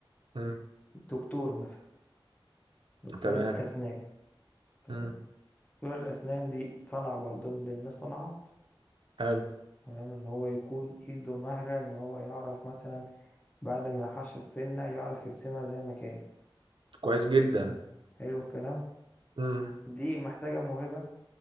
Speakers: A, on the right; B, on the left.
A: مم.
B: الدكتور مثلا دكتور
A: تمام
B: الأسنان تمام
A: مم.
B: دكتور الأسنان دي صنعة برضو من ضمن الصناعات
A: حلو
B: تمام ان هو يكون ايده مهرة ان هو يعرف مثلا بعد ما يحش السنة يعرف يرسمها زي ما كانت
A: كويس جدا
B: تمام حلو الكلام
A: مم.
B: دي محتاجة موهبة